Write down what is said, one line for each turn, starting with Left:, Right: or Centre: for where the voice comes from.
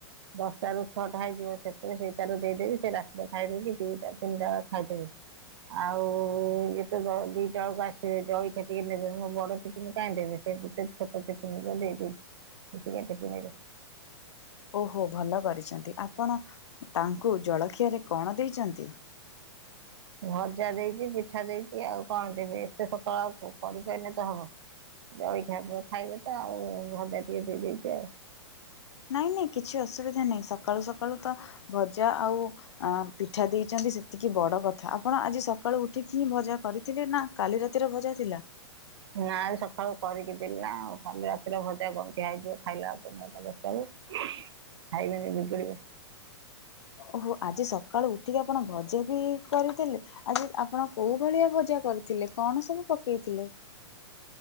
Right: ଦଶଟା ରୁ ଛଅଟା ହେଇଯିବ। ସେତେବେଳ ସେଇଟାରୁ ଦେଇଦେବି ସେ ରା ଖାଇଦେବେ କି ଦିଇଟା ତିନିଟା ବେଳେ ଖାଇଦେବେ। ଆଉ ଇତ ଜଳ ଦିଟା ବେଳକୁ ଆସିବେ ଜଳଖିଆ ଟିକେ ନେବେ ମୁଁ ବଡ ଟିପିନ କାହିଁ ଦେବି ସେ ସେଇ ଛୋଟ ଟିଫିନ୍ ରେ ଦେଇଦେଇଚି ଛୋଟିଆ ଟିପିନ୍ ରେ।
Left: ଓହୋ ଭଲ କରିଛନ୍ତି। ଆପଣ ତାଙ୍କୁ ଜଳଖିଆରେ କଣ ଦେଇଛନ୍ତି?
Right: ଭଜା ଦେଇଛି ପିଠା ଦେଇଛି ଆଉ କଣ ଦେବି ଏତେ ସକାଳେ ଆଉ କରିପାଇଲେ ତ ହବ। ଜଳଖିଆ ଖାଇବେ ତ ଆଉ ଭଜା ଟିକେ ଦେଇ ଦେଇଛି ଆଉ।
Left: ନାଇଁ ନାଇଁ କିଛି ଅସୁବିଧା ନାହିଁ ସକାଳୁ ସକାଳୁ ତ ଭଜା ଆଉ ଆ ପିଠା ଦେଇଛନ୍ତି ସେତିକି ବଡ କଥା ଆପଣ ଆଜି ସକାଳୁ ଉଠିକି ହିଁ ଭଜା କରିଥିଲେ ନା କାଲି ରାତିରେ ଭଜା ଥିଲା।
Right: ନା ଆଜି ସକାଳୁ କରିକି ଦେଲି ନାଉ କାଲି ରାତିରେ ଭ ସେ ଗନ୍ଧିଆ ହେଇଯିବ ଖାଇଲାବେଳେକୁ ନଅଟା ଦଶଟା ବେଳକୁ ଖାଇବେନି ବିଗିଡ଼ିବେ।
Left: ଓହୋ ଆଜି ସକାଳୁ ଉଠିକି ଆପଣ ଭଜା ବି କରିଦେଲେ ଆଜି ଆପଣ କୋଉ ଭଳିଆ ଭଜା କରିଥିଲେ କଣ ସବୁ ପକେଇଥିଲେ।